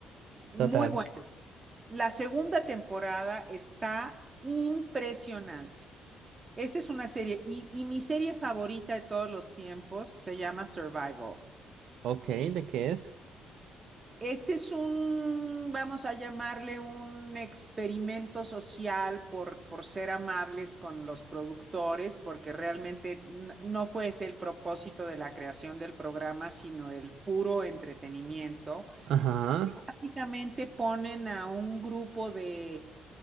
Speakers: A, on the right; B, on the right.
A: muy
B: Total.
A: buena. La segunda temporada está impresionante. Esa es una serie. Y, y mi serie favorita de todos los tiempos se llama Survival.
B: Ok, ¿de qué es?
A: Este es un, vamos a llamarle un experimento social por, por ser amables con los productores, porque realmente no fue ese el propósito de la creación del programa, sino el puro entretenimiento.
B: Ajá,
A: Básicamente ponen a un grupo de,